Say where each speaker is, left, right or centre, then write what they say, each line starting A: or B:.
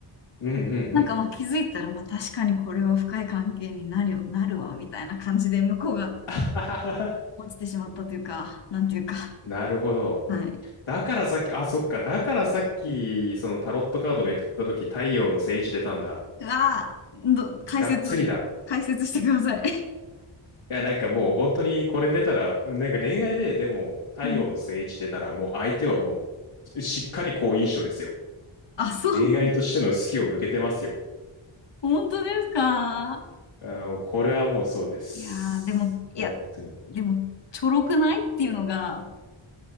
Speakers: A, on the left; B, on the left.
A: うんうんうん。
B: なんかまあ気づいたら、まあ確かにこれは深い関係になるよ、なるわ、みたいな感じで向こうが、
A: <laughs>
B: 落ちてしまったというか、なんていうか、
A: なるほど。
B: はい。
A: だからさっき、あ、そっか。だからさっき、そのタロットカードめくったとき、太陽の聖地出たんだ。
B: うわー、ど、解説、
A: がっつりだ。
B: 解説してください。
A: いや、なんかもう本当にこれ出たら、うんなんか恋愛で、でも、太陽の聖地出たら、
B: うん。
A: もう相手はもう、しっかり好印象ですよ。
B: あ、そう
A: 恋愛としての好きを向けてますよ。
B: 本当ですか
A: あの、これはもうそうです。
B: いやー、でも、いや、
A: 本当に。
B: でも、ちょろくないっていうのが